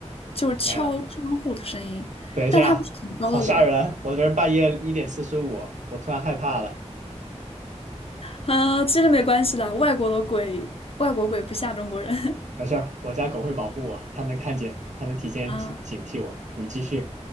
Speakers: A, on the left (about 50°); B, on the right (about 85°).
A: 就是敲窗户的声音，
B: 天呐，等一下，
A: 但他不是很高的楼，
B: 好吓人！我这儿半夜一点四十五，我突然害怕了。
A: 啊，其实没关系的，外国的鬼，外国鬼不吓中国人，
B: 没事儿，我家狗会保护我，它能看见，它能提前警警惕我。
A: <laughs> 啊。
B: 你继续